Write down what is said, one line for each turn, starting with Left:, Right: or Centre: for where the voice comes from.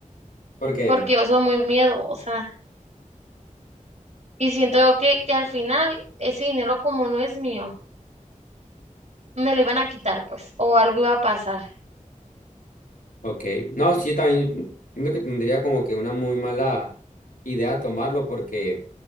Left: Porque,
Right: porque yo soy muy miedosa y siento yo que, que al final ese dinero como no es mío, me lo iban a quitar pues, o algo iba a pasar.
Left: ok. No, sí, también siento que tendría como que una muy mala idea tomarlo porque,